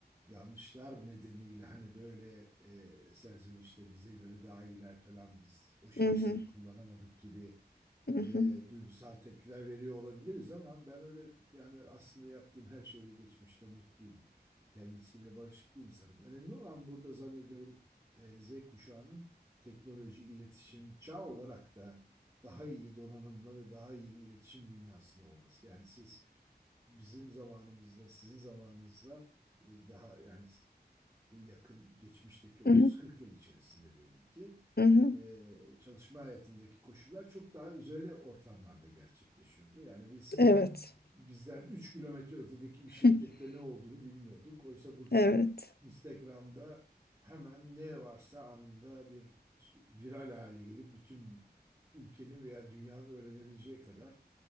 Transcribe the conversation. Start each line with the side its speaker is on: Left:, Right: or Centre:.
Right: yanlışlar nedeniyle hani böyle e, serzenişte bize göre daha iyiler falan biz o şansları
Left: hı hı,
Right: kullanamadık gibi
Left: hı hı.
Right: e, duygusal tepkiler veriyor olabiliriz ama ben öyle yani aslında yaptığım her şeyle geçmişte mutluyum. Kendisiyle barışık bir insanım. Önemli olan burada zannediyorum e, Z kuşağının teknoloji, iletişim çağ olarak da daha iyi donanımlı ve daha iyi bir iletişim dünyasında olması. Yani siz bizim zamanımızda, sizin zamanınızda e, daha yani bu yakın geçmişteki 30-40
Left: Hı hı,
Right: yıl içerisinde diyelim ki
Left: hı hı.
Right: e, çalışma hayatındaki koşullar çok daha özel ortamlarda gerçekleşiyordu. Yani biz
Left: Evet.
Right: bizden 3 kilometre ötedeki bir
Left: <laughs>
Right: şirkette ne olduğunu bilmiyorduk. Oysa bugün
Left: Evet.
Right: Instagram'da hemen ne varsa anında bir viral hale gelip bütün ülkenin veya dünyanın öğrenebileceği kadar